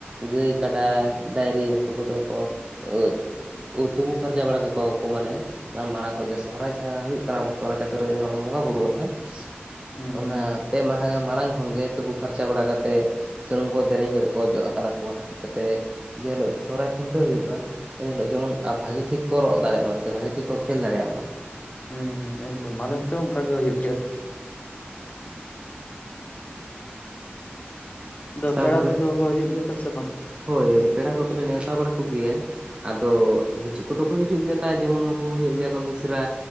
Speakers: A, on the right; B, on the left.
A: ᱜᱟᱹᱭ ᱠᱟᱰᱟ ᱰᱟᱝᱨᱤ ᱩᱱᱠᱩ ᱠᱚᱫᱚ ᱠᱚ ᱟᱹᱫ᱾ ᱛᱩᱯᱩ ᱯᱷᱟᱨᱪᱟ ᱵᱟᱲᱟ ᱠᱟᱠᱚᱣᱟ ᱠᱚ ᱢᱟᱱᱮ ᱢᱟᱲᱟᱝ ᱠᱷᱚᱱ ᱜᱮ ᱥᱚᱦᱚᱨᱟᱭ ᱡᱟᱦᱟᱸ ᱦᱩᱭᱩᱜ ᱠᱟᱱᱟ᱾ ᱥᱚᱦᱨᱟᱭ ᱪᱟᱸᱫᱚ ᱨᱮᱜᱮ ᱡᱟᱦᱟᱸ ᱵᱚᱱ ᱵᱚᱸᱜᱟ ᱵᱩᱨᱩᱜᱼᱟ ᱦᱟᱜ
B: ᱦᱩᱸ
A: ᱚᱱᱟ᱾
B: ᱦᱩᱸ
A: ᱯᱮ ᱢᱟᱦᱟ ᱢᱟᱲᱟᱝ ᱠᱷᱚᱱ ᱜᱮ ᱛᱩᱯᱩ ᱯᱷᱟᱨᱪᱟ ᱵᱟᱲᱟ ᱠᱟᱛᱮ ᱥᱩᱱᱩᱢ ᱠᱚ ᱫᱮᱨᱮᱧ ᱠᱚᱨᱮᱜ ᱠᱚ ᱚᱡᱚᱜ ᱦᱟᱛᱟᱲ ᱟᱠᱚᱣᱟ ᱡᱟᱛᱮ ᱡᱮᱦᱤᱞᱳᱜ ᱥᱚᱦᱚᱨᱟᱭ ᱠᱷᱩᱱᱴᱟᱹᱣ ᱦᱩᱭᱩᱜᱼᱟ᱾ ᱮᱱᱦᱤᱞᱳᱜ ᱡᱮᱢᱚᱱ ᱟᱨ ᱵᱷᱟᱹᱜᱤ ᱴᱷᱤᱠ ᱠᱚ ᱨᱚᱜ ᱫᱟᱲᱮᱜ ᱢᱟ ᱥᱮ ᱵᱷᱟᱜᱮ ᱴᱷᱤᱠ ᱠᱚ ᱠᱷᱮᱞ ᱫᱟᱲᱮᱭᱟᱜ ᱢᱟ।
B: ᱦᱮᱸ ᱦᱮᱸ ᱮᱠᱫᱚᱢ ᱟᱞᱮ ᱚᱱᱛᱮ ᱦᱚᱸ ᱚᱱᱠᱟ ᱜᱮ ᱦᱩᱭᱩᱜ ᱜᱮᱭᱟ। ᱟᱫᱚ
A: ᱛᱟᱯᱚᱨᱮ
B: ᱯᱮᱲᱟ ᱠᱚᱫᱚ ᱠᱚ ᱦᱤᱡᱩᱜ ᱜᱮᱭᱟ ᱠᱚ ᱥᱮ ᱵᱟᱝ?
A: ᱦᱳᱭ ᱯᱮᱲᱟ ᱠᱚᱫᱚᱞᱮ ᱱᱮᱣᱛᱟ ᱵᱟᱲᱟ ᱠᱚᱜᱮᱭᱟ᱾ ᱟᱫᱚ ᱦᱤᱡᱩᱜ ᱠᱚᱫᱚ ᱠᱚ ᱦᱤᱡᱩᱜ ᱜᱮᱭᱟ ᱛᱟᱭ ᱡᱮᱢᱚᱱ ᱱᱩᱠᱩ ᱦᱩᱭᱩᱜ ᱜᱮᱭᱟ ᱠᱚ ᱢᱤᱥᱨᱟ᱾